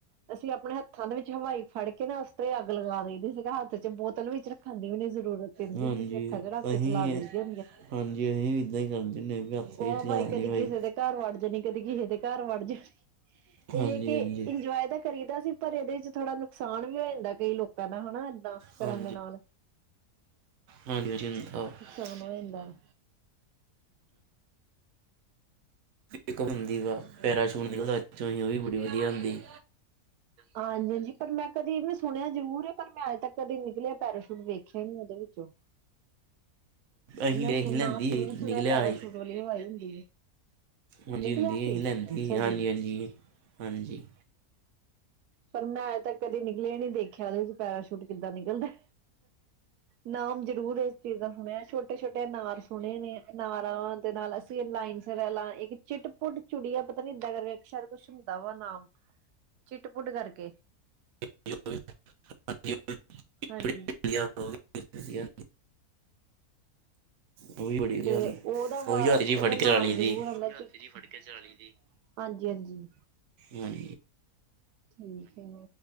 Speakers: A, on the right; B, on the right.
A: ਅਸੀਂ ਆਪਣੇ ਹੱਥ। ਹੱਥਾਂ ਦੇ ਵਿੱਚ ਹਵਾਈ ਫੜ ਕੇ ਨਾ ਉਸ ਤੇ ਅੱਗ ਲਗਾ ਦੇਦੀ ਸੀਗਾ ਹੱਥ ਚ ਬੋਤਲ ਵਿੱਚ ਰੱਖਣ ਦੀ ਵੀ ਨ ਜ਼ਰੂਰਤ। ਪੈਂਦੀ
B: ਹਾਂਜੀ
A: ਹੁੰਦੀ ਸੀ ਹੱਥਾਂ ਚ ਰੱਖ ਕੇ
B: ਅਸੀਂ
A: ਚਲਾ ਦਈਦੇ।
B: ਹਾਂਜੀ ਅਸੀਂ ਵੀ ਏਦਾਂ ਹੀ ਕਰਦੇ ਹੁੰਦੇ ਹਾਂ ਵੀ ਆਪੇ
A: ਉਹ
B: ਹੀ ਚਲਾ ਨੀ
A: ਕਦੀ
B: ਹਵਾਈ।
A: ਕਿਸੇ ਘਰ ਵੜ ਜਾਣੀ ਕਦੇ ਕਿਹੇ ਦੇ ਘਰ ਵੜ ਜਾਣੀ ਇਹ
B: ਹਾਂਜੀ
A: ਕਿ
B: ਹਾਂਜੀ
A: ਇੰਜੋਏ ਤਾਂ। ਕਰੀਦਾ ਸੀ ਪਰ ਇਹਦੇ ਚ ਥੋੜਾ ਸਾਨ ਵੀ ਹੋ ਜਾਂਦਾ ਕਈ ਲੋਕਾਂ ਦਾ ਹਨਾ ਏਦਾਂ ਕਰਨ
B: ਹਾਂਜੀ
A: ਦੇ ਨਾਲ।
B: ਹਾਂਜੀ ਵੁੰਦਾ ਆਹ। <unintelligible>
A: ਹਦਾ। <unintelligible>
B: ਇੱਕ ਬਣਦੀ ਵਾ ਪੈਰਾ ਸ਼ੂਟ ਨੀਲਦਾ ਪਿੱਛੇ ਉਹ ਵੀ ਬੜੀ ਵਧੀਆ ਹੁੰਦੀ।
A: ਹਾਂਜੀ ਹਾਂਜੀ ਪਰ ਮੈਂ ਕਦੀ ਇਹ ਸੁਣਿਆ ਜ਼ਰੂਰ ਹੈ ਪਰ ਮੈਂ ਅੱਜ ਤੱਕ ਕਦੇ ਨਿਕਲਿਆ ਪੈਰਾਸ਼ੂਟ ਵੇਖਿਆ ਹੀ ਨੀ ਓਦੇ ਵਿੱਚੋ।
B: ਅਸੀਂ
A: ਮੈਂ
B: ਅਸੀਂ
A: ਸੁਣ
B: ਲੈਂਦੀ
A: ਨਾਮ ਜਰੂਰ
B: ਸੀ
A: ਸੁਣਿਆ
B: ਨਿਕਲਿਆ
A: ਪੈਰਾਸ਼ੂਟ
B: ਸੀ
A: ਵਾਲੀ ਹਵਾਈ ਹੁੰਦੀ ਹੈ।
B: ਹਾਂਜੀ
A: ਨਿਕਲਿਆ
B: ਹੁੰਦੀ
A: ਸੀ
B: ਅਸੀਂ ਲੈਂਦੀ
A: ਅੱਛਾ
B: ਸੀ ਹਾਂਜੀ
A: ਜੀ।
B: ਹਾਂਜੀ
A: ਪਰ ਮੈਂ ਅਜੇ ਤੱਕ ਕਦੀ ਨਿਕਲਿਆ ਨੀ ਦੇਖਿਆ ਉਹਦੇ ਚ ਪੈਰਾਸ਼ੂਟ ਕਿੱਦਾਂ ਨਿਕਲਦਾ। ਨਾਮ ਜ਼ਰੂਰ ਇਸ ਚੀਜ਼ ਦਾ ਸੁਣਿਆ ਛੋਟੇ ਛੋਟੇ ਅਨਾਰ ਸੁਣੇ ਨੇ ਅਨਾਰਾਂ ਦੇ ਨਾਲ। ਲਾਈਨ ਫਾਂ ਇੱਕ ਚਿੱਟ ਪੁੁੱਟ ਚੁੜੀ ਪਤਾ ਨੀੱ ਏਦਾਂ ਦਾ ਕੁਛ ਹੁੰਦਾ ਵਾ ਨਾਮ। ਟੱਟ ਪੁੁੱਟ ਕਰਕੇ
B: <inaudible>
A: ਹਾਂਜੀ।
B: ਵਧੀਆ ਉਹ ਵੀ ਵਧੀਆ ਉਹ ਵੀ ਬੜੀ ਵਧੀਆ
A: ਤੇ
B: ਹੁੰਦੀ
A: ਉਹਦਾ ਵ
B: ਉਹੀ ਹੱਥ ਜਿਹੀ
A: ਉਹਦਾ
B: ਫੜ ਕੇ
A: ਨਾਮ
B: ਚਲਾ ਲਈ ਦੀ
A: ਜਰੂਰ ਆਂਦਾ ਹਤ ਚ ਪਕੜ ਕੇ ਚਲਾਲੀ। ਹਾਂਜੀ ਹਾਂਜੀ।
B: ਹਮ।
A: ਠੀਕ ਹੈ।